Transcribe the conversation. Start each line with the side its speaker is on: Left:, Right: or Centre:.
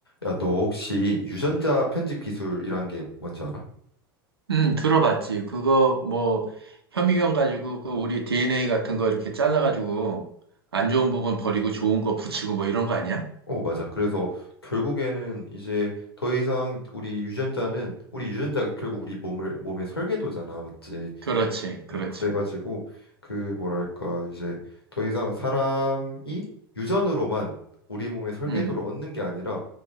Left: 야, 너 혹시 유전자 편집 기술이란 게 뭔지 알아?
Right: 음, 들어봤지. 그거 뭐 현미경 가지고 그 우리 DNA 같은 거 이렇게 잘라가지고 안 좋은 부분 버리고 좋은 거 붙이고 뭐 이런 거 아니야?
Left: 어, 맞아. 그래서 결국에는 이제 더 이상 우리 유전자는 우리 유전자가 결국 우리 몸을 몸의 설계도잖아, 맞지?
Right: 그렇지, 그렇지.
Left: 음, 그래가지고 그 뭐랄까 이제 더 이상 사람이 유전으로만 우리 몸의 설계도를
Right: 음,
Left: 얻는 게 아니라